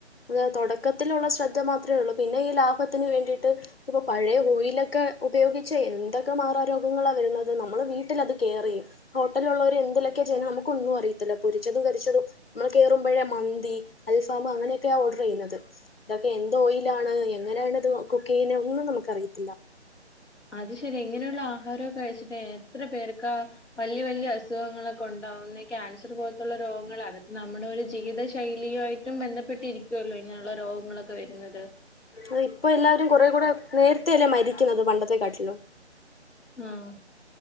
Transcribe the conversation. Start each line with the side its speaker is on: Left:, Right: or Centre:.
Left: അ തുടക്കത്തിലുള്ള ശ്രദ്ധ മാത്രമേ ഉള്ളൂ പിന്നെ ഈ ലാഭത്തിന് വേണ്ടിയിട്ട് ഇപ്പൊ പഴയ ഓയിലൊക്കെ ഉപയോഗിച്ച് എന്തൊക്കെ മാറാരോഗങ്ങളാ വരുന്നത് നമ്മള് വീട്ടിത് കെയർ ചെയ്യും ഹോട്ടലിലുള്ളോര് എന്തിലൊക്കെയാ ചെയ്യുന്നത് നമുക്കൊന്നും അറിയത്തില്ല പൊരിച്ചതും കരിച്ചതും നമ്മൾ കേറുമ്പോഴേ മന്തി അൽഫാം അങ്ങനെ ഓർഡർ ചെയ്യുന്നത് ഇതൊക്കെ എന്ത്‌ ഓയിലാണ് എങ്ങനെയാണ്ത് കുക്ക് ചെയ്യുന്നത് ഒന്നും നമുക്കറിയത്തില്ല
Centre: അത് ശരി എങ്ങനെയുള്ള ആഹാരൊക്കെ കഴിച്ചിട്ട് എത്ര പേർക്കാ വല്യ വല്യ അസുഖങ്ങളൊക്കെ ഉണ്ടാവുന്ന ക്യാൻസർ പോൽത്തുള്ള രോഗങ്ങള അതെക്കെ നമ്മുടെ ഒര് ജീവ്ത ശൈലിയുയായിട്ടും ബെന്ധെപ്പെട്ടിരിക്കുവല്ലോ ഇങ്ങനെയ്ള്ള രോഗങ്ങളൊക്കെ വെ ര്ന്നത്
Left: ആഹ് ഇപ്പൊ എല്ലാവരും കൊറേ കൂടെ നേര്ത്തെ അല്ലേ മരിക്ക്ന്നത് പണ്ടത്തെക്കാട്ട്ലും
Centre: ആഹ്